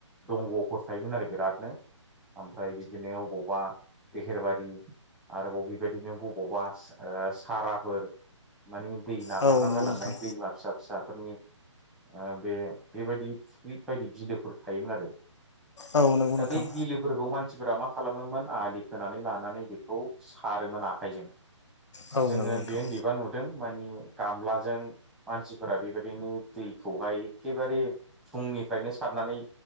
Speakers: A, in the centre; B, on the left (about 65°).
A: दंग'फोर थायोमोन आरो बिरादनो। ओमफ्राय बिदिनो गबा दहेरबारि आरोब बेबायदिनो बबावबा ओ साराफोर मानि। दै नागारना
B: औ नंगौ
A: गालांनाय
B: नोंथां
A: दैमा फिसा फिसाफोरनि ओ बे बेबायदि फख्रि बायदि बिलोफोर थायोमोन आरो।
B: औ नंगौ नोंथां
A: दा बे बिलोफोरखौ मानसिफोरा मा खालामोमोन आंलि सोनानै लानानै बेखौ सारोमोन आखाइजों
B: औ
A: जोङो
B: नंगौ नोंथां
A: उन्दै उन्दैबा नुदों मानि गामलाजों मानसिफोरा बेबायदिनो दै खौहाय एखेबारे फुंनिफ्रायनो सारनानै